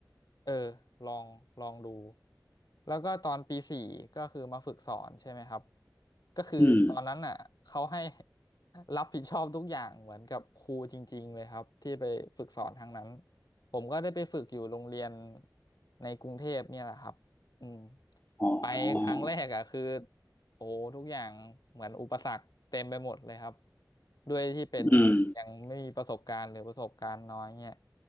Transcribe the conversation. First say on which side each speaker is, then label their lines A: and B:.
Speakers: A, on the left; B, on the left.
A: เออลองลองดูแล้วก็ตอนปีสี่ก็คือมาฝึกสอนใช่ไหมครับก็คือตอนนั้นอ่ะเขาให้
B: อืม
A: รับผิดชอบทุกอย่างเหมือนกับครูจริงๆเลยครับที่ไปฝึกสอนทางนั้นผมก็ได้ไปฝึกอยู่โรงเรียนในกรุงเทพเนี่ยแหละครับอืม
B: อ๋อ
A: ไปครั้งแรกอ่ะคือ โอ้ทุกอย่างเหมือนอุปสรรคเต็มไปหมดเลยครับด้วยที่เป็น
B: อืม
A: ยังไม่มีประสบการณ์หรือประสบการณ์น้อยเนี่ย